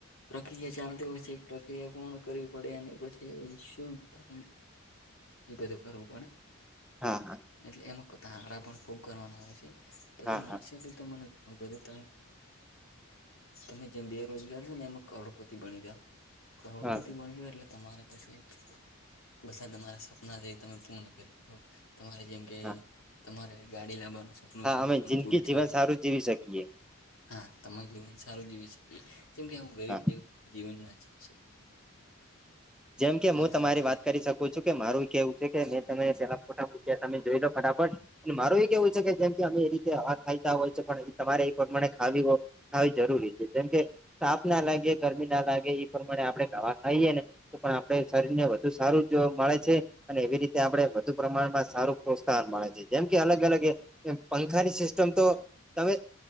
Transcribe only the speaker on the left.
પ્રક્રિયા ચાલતી હોય છે પ્રક્રિયા પૂર્ણ કરવી પડે અને પછી શું ધમ એ બ દુકા રૂપણે
એટલે એમાંતા આંકડા પણ ખૂબ કરવાના હોય છે તોછ
મળશે
ત બી તો મને બ તછ તમે જેમ બેરોજગાર છો ને એમાં કરોડપતિ બણી જા કરોડપતિ
બન્યો એટલે તમારે પછી બધા તમારા સપના જે તમે પૂર્ણ કરી તમારે જેમ કે
તમારે ગાડી લાવાનું સપનું
છે
પણ
પૂરું થાય
હા તમારું જીવન સારું જીવી શકીએ જેમ કે હું ગરીબ
જવ જીવન નાચીએ
શું કેવું
છે